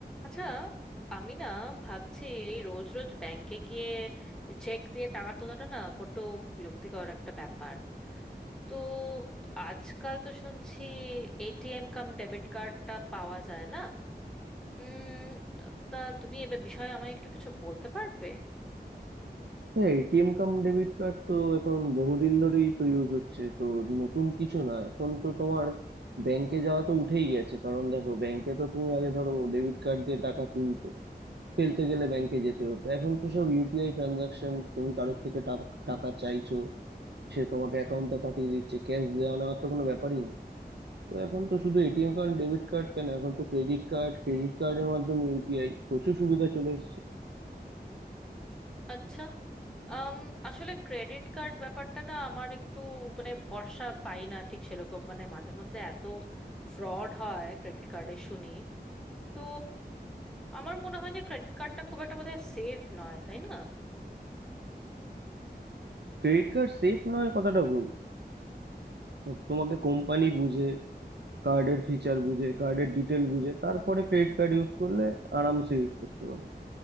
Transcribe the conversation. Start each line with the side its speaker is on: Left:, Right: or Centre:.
Centre: আচ্ছা আমি না ভাবছি রোজ রোজ ব্যাংকে গিয়ে চেক দিয়ে টাকা তোলাটা না বড্ড বিরক্তিকর একটা ব্যাপার তো আজকাল তো শুনছি এটিএম কাম ডেবিট কার্ডটা পাওয়া যায় না উম তা তুমি এ বিষয়ে আমায় একটু কিছু বলতে পারবে
Right: হ্যাঁ ATM cum debit card তো এখন বহুদিন ধরেই তো ইউজ হচ্ছে তো নতুন কিছু না এখন তো তোমার ব্যাংকে যাওয়া তো উঠেই গেছে কারণ দেখো ব্যাংকে তো তুমি আগে ধরো ডেবিট কার্ড দিয়ে টাকা তুলতে ফেলতে গেলে ব্যাংকে যেতে হতো এখন তো সব ইউপিআই ট্রানজাকশন তুমি কারোর থেকে টাক- টাকা চাইছো সে তোমাকে অ্যাকাউন্টে পাঠিয়ে দিচ্ছে ক্যাশ দেওয়া নেওয়ার তো কোনো ব্যাপারই নেই তো এখন তো শুধু এটিএম কার্ড ডেবিট কার্ড কেন এখন তো ক্রেডিট কার্ড ক্রেডিট কার্ডের মাধ্যমে ইউপিআই প্রচুর সুবিধা চলে এসেছে
Centre: আচ্ছা আম, আসলে ক্রেডিট কার্ড ব্যাপারটা না আমার একটু মানে ভরসা পাই না ঠিক সেরকম মানে মাঝে মধ্যে এত ফ্রড হয় ক্রেডিট কার্ডে শুনি তো আমার মনে হয় যে ক্রেডিট কার্ডটা খুব একটা বোধহয় সেফ নয় তাই না
Right: ক্রেডিট কার্ড সেফ নয় কথাটা ভুল তো তোমাকে কোম্পানি বুঝে কার্ডের ফিচার বুঝে কার্ডের ডিটেল বুঝে তারপরে ক্রেডিট কার্ড ইউজ করলে আরামসে ইউজ করতে পারো